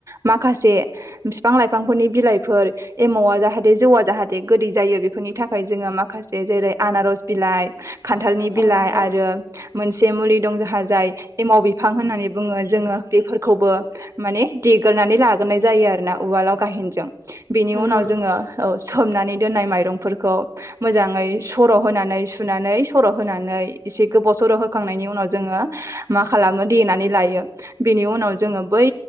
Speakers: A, on the right; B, on the left.
A: माखासे बिफां लाइफांफोरनि बिलाइफोर एमावा जाहाथे जौआ जाहाथे गोदै जा जायो बेफोरनि थाखाय जोङो माखासे जेरै आनार'स बिलाइ खान्थालनि
B: औ
A: बिलाइ
B: नंगौ
A: आरो मोनसे मुलि दं जोंहा जाय एमाव बिफां होननानै बुङो जोङो बेफोरखौबो माने देग्रोनानै लाग्रोनाय जायो आरोना उवालाव गायहेनजों बेनि
B: नंगौ
A: उनाव
B: नंगौ
A: जोङो सोमनानै दोननाय माइरंफोरखौ मोजाङै सर' होनानै सुनानै सर' होनानै एसे गोबाव सर' होखांनायनि उनाव जोङो मा खालामो देनानै लायो बेनि उनाव जोङो बै